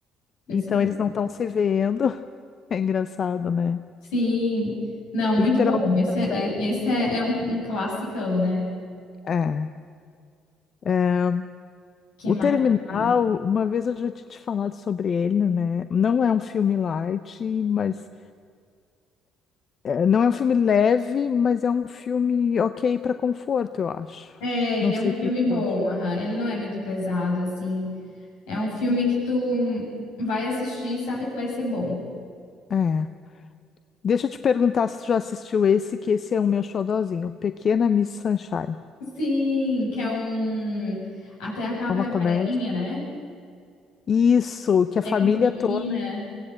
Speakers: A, on the left; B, on the left.
A: Esse
B: então
A: mesmo.
B: eles não estão se vendo. <laughs> É engraçado, né?
A: Sim, não, muito
B: Literalmente
A: bom. Esse
B: às
A: é,
B: cegas.
A: e- esse é, é um, um classicão, né?
B: É. é.
A: Que
B: O
A: mais
B: Terminal,
A: tem?
B: uma vez eu já tinha te falado sobre ele, né? Não é um filme light, mas É, não é um filme leve, mas é um filme ok para conforto, eu acho.
A: É,
B: Não
A: ele é
B: sei
A: um
B: o
A: filme
B: que
A: bom,
B: tu acha.
A: aham. Ele não é muito pesado, assim. É um filme que tu vai assistir e sabe que vai ser bom.
B: É. Deixa eu te perguntar se tu já assistiu esse, que esse é o meu xodózinho, Pequena Miss Sunshine.
A: Sim, que é um. Até a capa
B: É uma
A: é amarelinha,
B: comédia.
A: né?
B: Isso, que a
A: Que
B: família
A: é com uma menina.
B: toda.